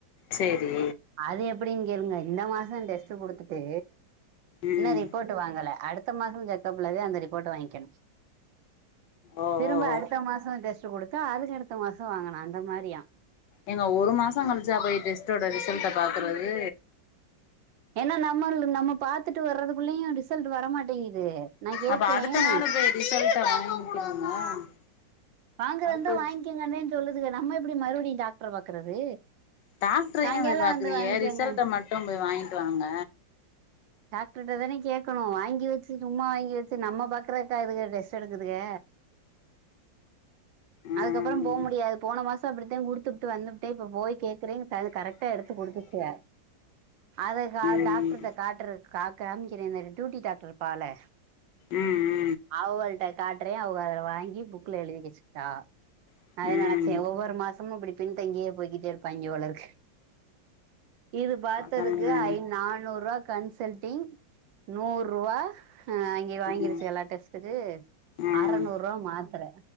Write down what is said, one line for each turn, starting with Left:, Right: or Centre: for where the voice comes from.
Left: செரி
Right: அது எப்டின்னு கேளுங்க இந்த மாசம் டெஸ்ட் குடுத்துட்டு
Left: ம்
Right: இன்னு ரிப்போர்ட் வாங்கல அடுத்த மாசம் செக்கப்ல தான் அந்த ரிப்போர்ட்ட வாங்க்கணும்
Left: ஓ
Right: திரும்ப
Left: ஓ ஓ
Right: அடுத் இந்த மாசம் டெஸ்ட் கொடுத்தா அதுக்கு அடுத்த மாசம் வாங்கனும் அந்த மாரியா
Left: ஏங்க ஒரு மாசம் கழிச்சா போய் டெஸ்ட்டோட ரிசல்ட்ட பாக்குறது
Right: ஏனா நம்மல்து நம்ம பாத்துட்டு வர்றது புள்ளைங்க ரிசல்ட் வரமாட்டேங்குது நா கேக்குறேன்
Left: அப்ப அடுத்த <inaudible>
Right: வாங்கறந்தா
Left: அடுத்தது
Right: வாங்கிக்கங்கனே சொல்லுதுங்க நம்ம இப்படி மறுபடியு டாக்டர பாக்குறது
Left: டாக்டர
Right: சாயங்காலம்
Left: யே போய் பாக்குறிய
Right: வந்து வாங்கிக்கங்க
Left: ரிசல்ட்ட மட்டும் போய் வாங்கிட்டு வாங்க
Right: டாக்டர்ட்ட தான கேட்கணும் வாங்கிவச்சு சும்மா வாங்கி வச்சு நம்ம பாக்குறதுக்காதுக்கு டெஸ்ட் எடுக்குதுக
Left: ம்
Right: அதுக்கப்ரோ போமுடியாது போன மாச தா அப்டித்தான் குடுத்துபுட்டு வந்துபுட்டே இப்ப போய் கேக்குறேங் கது கரக்டா எடுத்து கொடுத்துச்சு அத கா
Left: ம்
Right: டாக்டர்ட்ட காட்டுற காக்க காம்க்கிறேன் இந்த டியூட்டி டாக்டர் இருப்பாருல
Left: ம் ம்
Right: அவகள்ட காட்டுரே அவுக அதுல வாங்கி புக்ல எழுதி வச்சிட்டா
Left: ம்
Right: அத நினைச்ச
Left: ம்
Right: ச ஒவ்வொரு மாசமும் இப்டி பின்தங்கியே போயிட்டே இருப்பாய்ங்க போலருக்கு இது பாத்ததுக்கு
Left: அதான
Right: ஐ நானூரூபா கன்சல்ட டிங் நூறுவா ஆ அங்க வாங்கிருச்சுகலா
Left: ம்
Right: டெஸ்ட்டுக்கு
Left: ம்
Right: அறநூரூவா மாத்ர